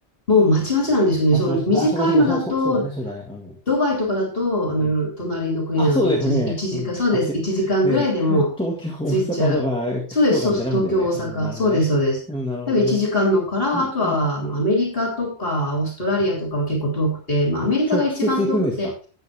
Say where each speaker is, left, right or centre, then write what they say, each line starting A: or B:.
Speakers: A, on the left; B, in the centre.
A: もうまちまちなんですよね。
B: あ、
A: そう、
B: 違います。
A: 短いのだと、
B: あ、そこそこ、そう、そう、そうだね、そうだね。うん。
A: ドバイとかだと、あの、
B: うん。
A: 隣の国なので1時、
B: あ、そうだよね。
A: 一時間、
B: うん。
A: そうです。
B: あって、
A: 1時間ぐらいでも
B: ねえ、東京、大阪
A: 着いちゃう。
B: とか、
A: そうです、
B: 福岡みたいなもんだよね。
A: そうそう、東京、大阪。
B: うん、なるほどね。
A: そうです、そうです。
B: うん、なるほどね。
A: 多分1時間のから、
B: うん、
A: あとはあのアメリカとかオーストラリアとかは結構遠くて、
B: うん、うん。うん
A: まあ、
B: あ、
A: アメリカが一番遠くて、
B: 直接行くんですか